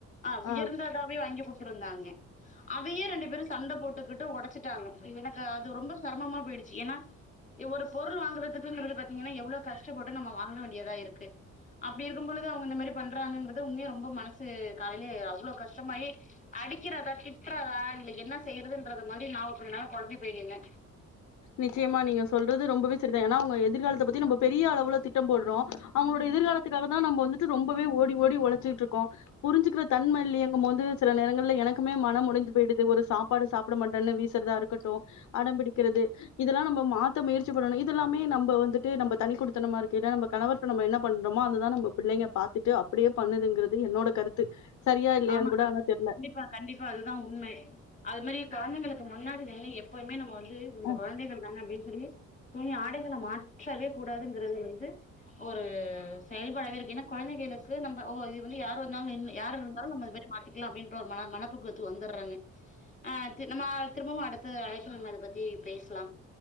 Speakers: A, on the left; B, on the left.
A: அ உயர்ந்ததாவே
B: ஆஹ்
A: வாங்கி குடுத்திருந்தாங்க அதையே ரெண்டு பேரு சண்ட போட்டுக்கிட்டு உடைச்சிட்டாங்க எனக்கு அது ரொம்ப செரமமா போயிடுச்சு ஏன்னா ஒரு பொருள் வாங்கறதுக்குங்கிறது பாத்தீங்கன்னா எவ்ளோ கஷ்டப்பட்டு நம்ம வாங்க வேண்டியதா இருக்கு அப்டி இருக்கும் பொழுது அவுங்க இந்த மாரி பண்றாங்கன்றது உண்மையா ரொம்ப மனசு காலையிலே அவ்ளோ கஷ்டமாயி அடிக்கிறதா திட்றதா இல்ல என்ன செய்யறதுன்றது மாரி நா கொஞ்ச நேரோ கொழம்பி போயி நின்ன
B: நிச்சயமா நீங்க சொல்றது ரொம்பவே சரிதா ஏன்னா அவுங்க எதிர்காலத்த பத்தி நம்ம பெரிய அளவுல திட்டம் போட்றோ அவுங்களோட எதிர்காலத்துக்காக தா நம்ம வந்துட்டு ரொம்பவே ஓடி ஓடி ஒழைச்சிட்டு இருக்கோ புரிஞ்சுக்கிற தன்ம இல்லயேங்கம் போது சில நேரங்கள்ல எனக்குமே மனம் உடஞ்சு போயிடுது ஒரு சாப் சாப்பாடு சாப்ட மாட்டேன்னு வீசறதா இருக்கட்டூ அடம்பிடிக்கறது இதெல்லா நம்ம மாத்த முயற்சி பண்ணனு இதெல்லாமே நம்ப வந்துட்டு நம்ம தனி குடுத்தனமா இருக்கைல நம்ம கணவர் நம்ம என்ன பண்றமோ அதுதா நம்ம பிள்ளைங்க பாத்துட்டு அப்டியே பண்ணுதுங்கிறது என்னோட கருத்து சரியா இல்லையான்னு
A: ஆமாக்கா
B: கூட ஆனா தெர்ல
A: கண்டிப்பா கண்டிப்பா அதுதா உண்மை அது மாரி கொழந்தைங்களுக்கு முன்னாடி எப்பவுமே நம்ம வந்து நம்ம
B: அஹ்
A: குழந்தைகள் தான அப்டின்னு சொல்லி துணி ஆடைகள மாற்றவே கூடாதுங்கிறது ஒரு செயல்பாடவே இருக்கு ஏன்னா குழந்தைகளுக்கு நம்ம ஓ இது வந்து யாரு வந்தாலு யார் இரு ந்தாலு நம்ம இந்த மாரி மாத்திக்கலா அப்டின்ற ஒரு மன மனப்பக்குவத்துக்கு வந்தர்றாங்க அ தி நம்ம திரும்பவு அடுத்து அழைப்புல நம்ம அத பத்தி பேசலா